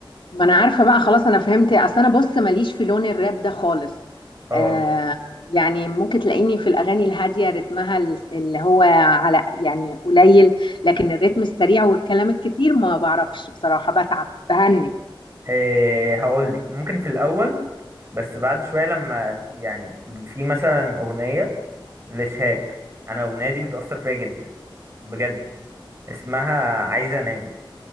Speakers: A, on the left; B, on the right.
A: ما انا عارفه بقى خلاص انا فهمت اصل انا بص ماليش في لون الراب ده خالص
B: اه
A: آه يعني ممكن تلاقيني في الاغاني الهاديه رتمها ال- اللي هو على يعني قليل لكن الريتم السريع والكلام الكتير ما بعرفش بصراحه بتعب بهنج
B: إيه هقول لك ممكن في الاول بس بعد شويه لما يعني في مثلا اغنيه لشهاب انا الاغنيه دي بتاثر فيا جدا بجد اسمها عايزه انام